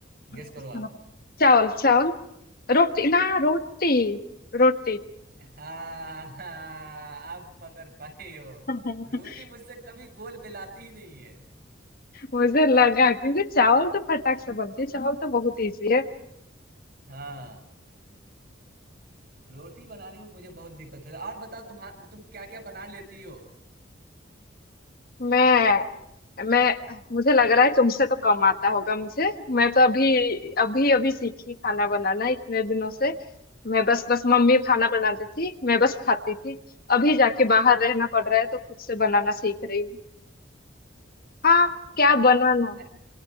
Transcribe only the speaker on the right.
गेस करो
आप
हाँ हाँ आप पकड़ पाए हो
रोटी मुझसे कभी गोल बेलाती ही नहीं है
हाँ रोटी बनाने में मुझे बहुत दिक्कत होती है और बताओ तुम तुम क्या क्या बना लेती हो
अच्छा
ऐ-